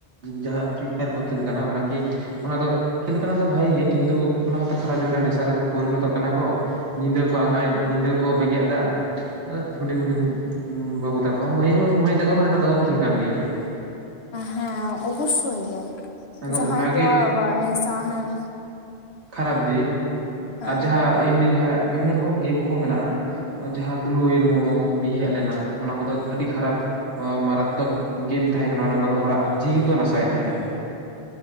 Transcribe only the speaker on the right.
ᱡᱟᱦᱟᱸ ᱯᱷᱨᱤ ᱯᱷᱟᱭᱟᱨ ᱠᱚ ᱠᱷᱮᱞ ᱠᱟᱱᱟ ᱾ ᱚᱱᱟᱠᱤ ᱚᱱᱟ ᱫᱚ ᱠᱷᱮᱞ ᱠᱟᱱᱟ ᱠᱚ ᱵᱷᱟᱜᱮ ᱜᱮ, ᱠᱤᱱᱛᱩ ᱚᱱᱟ ᱦᱚᱸᱛᱚ ᱠᱷᱟᱨᱟᱯ ᱡᱮ ᱱᱮᱥᱟ ᱨᱮ ᱯᱚᱨᱤᱱᱚᱛᱚᱜ ᱠᱟᱱᱟ ᱠᱚ᱾ ᱧᱤᱫᱟᱹ ᱠᱚ ᱟᱸᱜᱟᱭ ᱧᱤᱫᱟᱹ ᱠᱚ ᱵᱮᱸᱜᱮᱫ ᱮᱫᱟ, ᱦᱩᱰᱤᱧ ᱦᱩᱰᱤᱧ ᱵᱟᱹᱵᱩ ᱛᱟᱠᱚ ᱾ ᱢᱟᱹᱭ ᱢᱟᱹᱭ ᱛᱟᱠᱚ ᱦᱚᱸ ᱱᱮᱛᱟᱨ ᱫᱚᱠᱚ ᱠᱷᱮᱞᱮ ᱠᱟᱱ ᱜᱮᱭᱟ ᱾
ᱟᱫᱚ
ᱚᱱᱟᱜᱮ
ᱠᱷᱟᱨᱟᱯ ᱫᱤᱠ,
ᱟᱨ ᱡᱟᱦᱟᱸ ᱮᱢᱱᱤ ᱡᱟᱦᱟᱸ ᱵᱤᱵᱷᱤᱱᱱᱚ ᱨᱚᱠᱚᱢ ᱜᱮᱢ ᱠᱚ ᱢᱮᱱᱟᱜᱼᱟ᱾ ᱡᱟᱦᱟᱸ ᱵᱞᱩ ᱳᱭᱮᱞ ᱢᱳᱢᱳ ᱦᱮᱡ ᱞᱮᱱᱟ, ᱚᱱᱟ ᱠᱚᱫᱚ ᱟᱹᱰᱤ ᱠᱷᱟᱨᱟᱯ᱾ ᱢᱟᱨᱟᱛᱛᱚᱠ ᱜᱮᱢ ᱛᱟᱦᱮᱸ ᱠᱟᱱᱟ ᱚᱱᱟ ᱠᱚᱫᱚ᱾ ᱦᱚᱲᱟᱜ ᱡᱤᱣᱤ ᱠᱚ ᱱᱟᱥᱟᱭᱮᱫ ᱛᱟᱦᱮᱸᱫ᱾